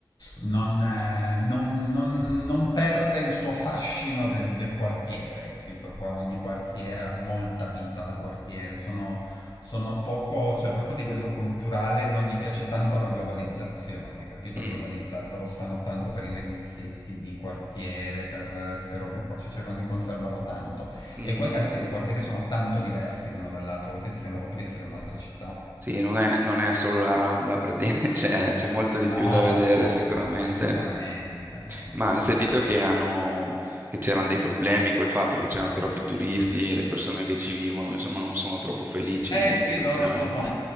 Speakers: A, on the left; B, on the right.
A: Non, eh, non- non- non perde il suo fascino del, del quartiere, capito? Qua ogni quartiere ha molta vita da quartiere, sono sono poco, cioè proprio a livello culturale non gli piace tanto la globalizzazione, capito?
B: Mm.
A: Globalizzare, loro stanno tanto per i negozietti di quartiere, per queste robe qua, cioè cercano di conservarlo tanto.
B: Mm,
A: E poi
B: mm.
A: i quartieri, i quartieri sono tanto diversi l'uno dall'altro, a volte ti sembra proprio di essere in un'altra città.
B: Sì, non è, non è solo la Rambla, per dire, <laughs> c'è c'è molto di
A: No,
B: più da vedere
A: no,
B: sicuramente,
A: assolutamente, assolutamente.
B: ma ho sentito che hanno, che c'erano dei problemi col fatto che c'erano troppi turisti, e le persone che ci vivono, insomma, non sono troppo felici
A: Eh
B: delle
A: sì,
B: situazioni.
A: loro sono,